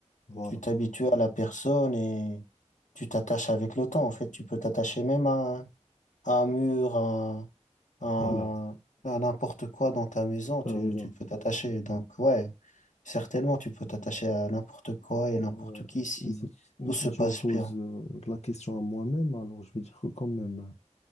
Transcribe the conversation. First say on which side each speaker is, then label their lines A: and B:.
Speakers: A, on the left; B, on the left.
A: voilà,
B: Tu t'habitues à la personne et tu t'attaches avec le temps. En fait, tu peux t'attacher même à, à un mur, à, à-
A: voilà,
B: à n'importe quoi dans ta maison.
A: t'as
B: Tu,
A: raison.
B: tu peux t'attacher. Donc, ouais, certainement, tu peux t'attacher à n'importe quoi et
A: Mais,
B: n'importe
A: euh,
B: qui si
A: mais si, tu- mais
B: tout
A: si
B: se
A: tu
B: passe
A: me poses
B: bien.
A: euh, la question à moi-même, alors je vais dire que quand même, euh,